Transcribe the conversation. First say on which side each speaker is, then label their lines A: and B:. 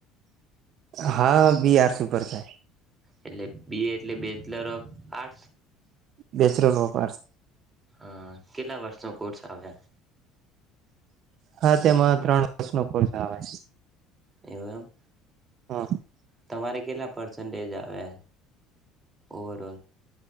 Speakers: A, on the right (about 55°); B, on the right (about 20°).
A: હા બીઆર સુપર થાય
B: એટલે બી એ એટલે બેચલર ઓફ આર્ટ્સ
A: બેસરોલોપર
B: હા કેટલા વર્ષ. નો કોર્સ આવ્યા‌.
A: હા તેમાં ત્રણ વર્ષ નો કોર્સ આવે.
B: એવમ.
A: હા.
B: તમારે કેટલા પર્સન્ટેજ આવે ઓવરઓલ.